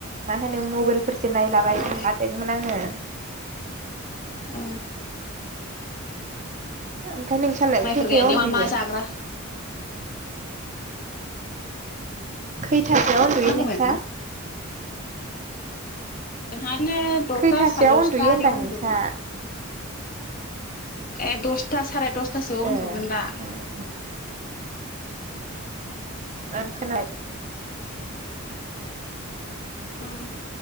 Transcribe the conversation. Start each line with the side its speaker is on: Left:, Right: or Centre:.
Right: मा होनो मबाइलफोर नायलाबाय
Left: अ
Right: थादोंमोन आङो
Left: ओ
Right: ओमफाय नोंसालाय
Left: माइफोर
Right: खैथायाव
Left: गायनायाव
Right: उन्दुयो
Left: मा मा जाग्रा
Right: खैथासोआव उन्दुयो
Left: मा होनदोंमोन
Right: नोंस्रा
Left: दायो दस्था
Right: खैथासोआव
Left: सार दस्थायाव
Right: उन्दुयो होनदां
Left: उन्दुगोन।
Right: नोंसा
Left: ए दस्था सारे दस्थासोआव उन्दुगोन
Right: ए
Left: दा?
Right: ओं <unintelligible>
Left: उम